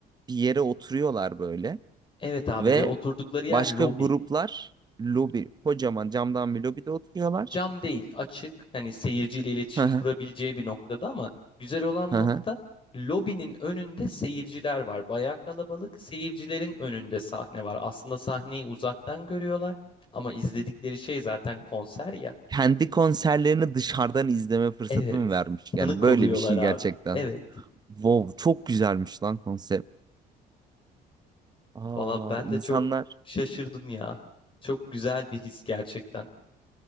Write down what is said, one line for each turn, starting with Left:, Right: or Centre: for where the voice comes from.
Right: Bir yere oturuyorlar böyle.
Left: Evet abi
Right: Ve
Left: ve oturdukları yer
Right: başka
Left: lobi.
Right: gruplar lobi, kocaman camdan bir lobide oturuyorlar.
Left: Cam değil, açık. Hani seyirciyle iletişim
Right: Hı hı,
Left: kurabileceği bir noktada ama güzel olan
Right: hı
Left: nokta
Right: hı.
Left: lobinin önünde seyirciler var. Bayağı kalabalık. Seyircilerin önünde sahne var. Aslında sahneyi uzaktan görüyorlar ama izledikleri şey zaten konser ya.
Right: Kendi konserlerini dışarıdan izleme fırsatı
Left: Evet.
Right: vermiş? Yani
Left: Tanık
Right: böyle
Left: oluyorlar
Right: bir şey
Left: abi.
Right: gerçekten.
Left: Evet.
Right: Wow, çok güzelmiş lan konsept. Aa,
Left: Valla ben
Right: insanlar
Left: de çok şaşırdım ya. Çok güzel bir his gerçekten.